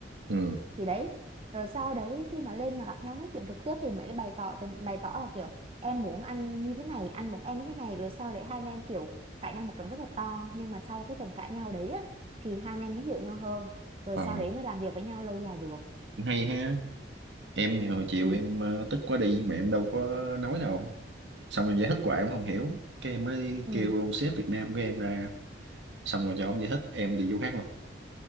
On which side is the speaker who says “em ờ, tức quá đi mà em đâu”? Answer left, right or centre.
Right